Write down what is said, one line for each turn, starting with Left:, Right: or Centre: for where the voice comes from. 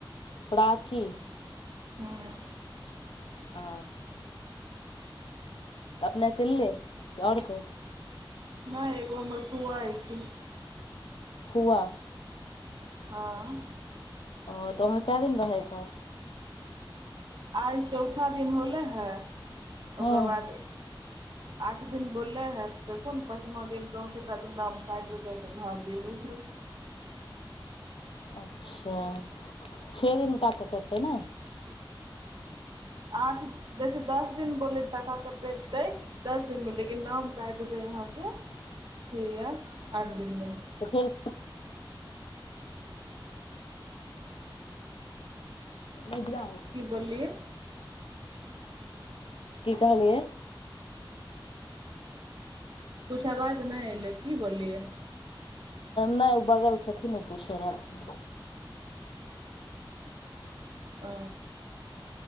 Left: प्राची।
Right: हूँ।
Left: ह त अपने अकेले, कि ओर कोइ।
Right: नै एगो हमर फूआ अयलखिन।
Left: फुआ।
Right: हँ।
Left: ओ तऽ ओतऽ केय दिन रहे के है।
Right: आइ चौथा दिन होले ह,
Left: हँ
Right: ओकर बाद आठ दिन बोललै हइ, तऽ कोन पाँचमा दिन कहूँ छठा दिन नाम काटि देतै तऽ घर जेबै सब।
Left: अच्छा! छे दिन तक टांका कटतै ने।
Right: आठ जैसे दस दिन बोललै टाका कटेतै। दस दिन में, लेकिन नाम काटि देतै एतऽ से छ या आठ दिन में।
Left: <inaudible> मिडियम।
Right: की बोललियै?
Left: की कहलियै?
Right: कुछ आवाज नहि एलै, की बोललियै।
Left: नहि ओ बगल के छथिन, ओ पूछै रहथिन।
Right: अ।